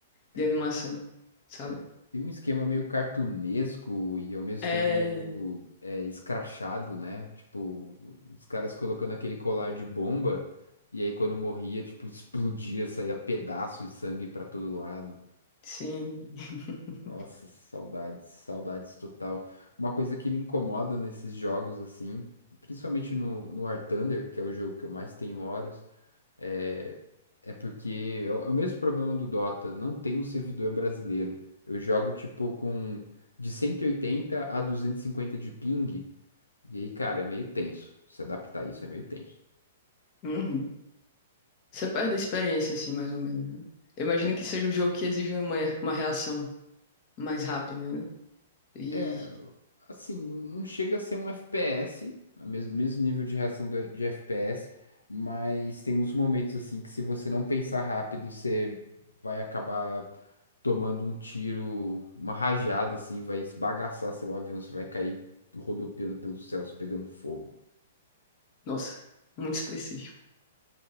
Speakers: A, on the left; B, on the left.
A: É,
B: de animação, sabe?
A: é, tem um esquema meio cartunesco e ao mesmo
B: É,
A: tempo meio é, escrachado, né? Tipo, os caras colocando aquele colar de bomba e aí quando morria, tipo, explodia, saía pedaço e sangue pra todo lado.
B: sim. <laughs>
A: Nossa, saudades, saudades total. Uma coisa que me incomoda nesses jogos, assim, principalmente no, no War Thunder, que é o jogo que eu mais tenho horas, é, é porque é o, é o mesmo problema do Dota, não tem um servidor brasileiro. Eu jogo, tipo, com de 180 a 250 de ping, e aí, cara, é meio tenso. Se adaptar a isso é meio tenso.
B: Uhum. Você perde a experiência, assim, mais ou menos, né? Eu imagino
A: É,
B: que seja um jogo que exija uma, uma reação mais rápida, né? E,
A: É, assim, não chega a ser um FPS, mesmo, mesmo nível de reação do- de FPS, mas tem uns momentos assim que se você não pensar rápido, você vai acabar tomando um tiro, uma rajada assim, vai esbagaçar seu avião, você vai cair rodopiando pelos céus, pegando fogo.
B: nossa, muito específico.